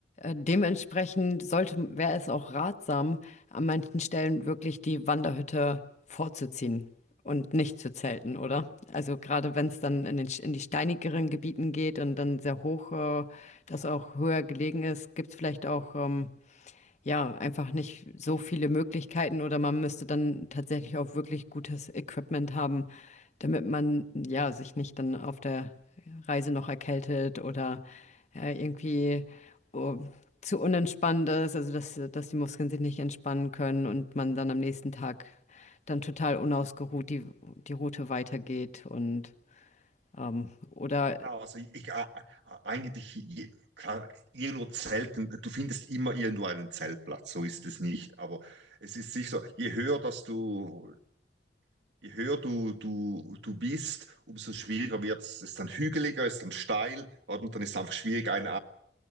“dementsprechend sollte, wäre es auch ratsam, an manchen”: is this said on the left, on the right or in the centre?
Left